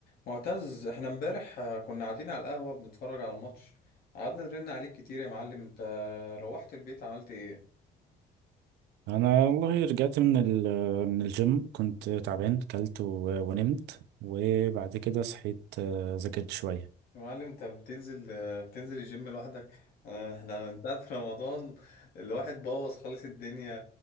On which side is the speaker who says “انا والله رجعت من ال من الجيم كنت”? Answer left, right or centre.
Right